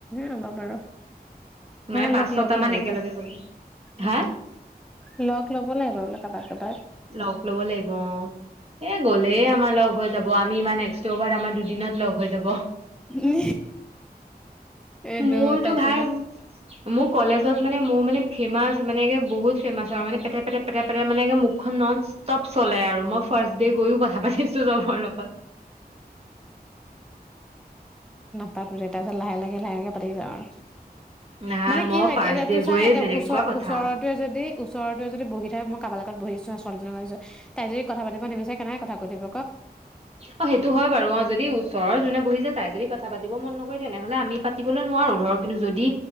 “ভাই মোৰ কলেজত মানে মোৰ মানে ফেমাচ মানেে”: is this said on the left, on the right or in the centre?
Right